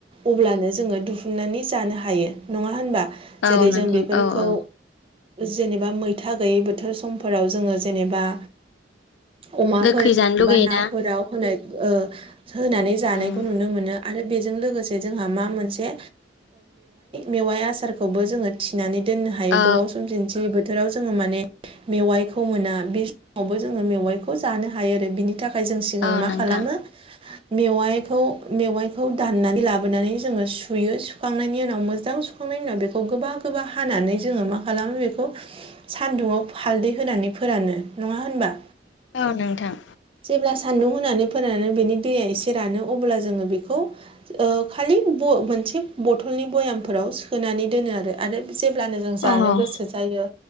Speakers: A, on the right; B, on the left.
A: अब्लानो जोङो दिहुननानै जानो हायो नङा होनबा
B: औ
A: जेरै
B: नोंथां
A: जों बेफोरखौ
B: औ औ
A: जेनेबा मैथा गैयै बोथोर समफोराव जोङो जेनेबा अमाफोराव
B: गोखै जानो लुगैयोना
A: बा नाफोराव होनाय होनानै जानायखौ
B: उम
A: नुनो मोनो आरो बे जोंहा मा मोनसे मेव आसारखौबो जोङो थनानै दननो हायो
B: औ
A: गोबाव सम दिन्थि बोथोराव जोङो माने मेवाइखौ मोना बे समावबो जोङो मेवाइखौ जानो हायो आरो बिनि थाखाय थाखाय जों सिगां
B: औ
A: मा
B: नोंथां
A: खालामो मेवाइखौ मेवाइखौ दाननानै लाबोनानै जोङो सुयो। सुखांनायनि उनाव मोजां सुखांनायनि उनाव बेखौ गोबा गोबा हानानै जोङो मा खालामो बेखौ सान्दुङाव हालदै होनानै फोरानो नङा होनबा?
B: औ नोंथां।
A: जेब्ला सान्दुं होनानै फोनानै बेनि दैया एसे रानो अब्ला जोङो बेखौ खालि ब मोनसे बथलनि भयामफोराव सोनानै दोनो आरो आरो जेब्लानो जों जानो
B: अ
A: गोसो जायो।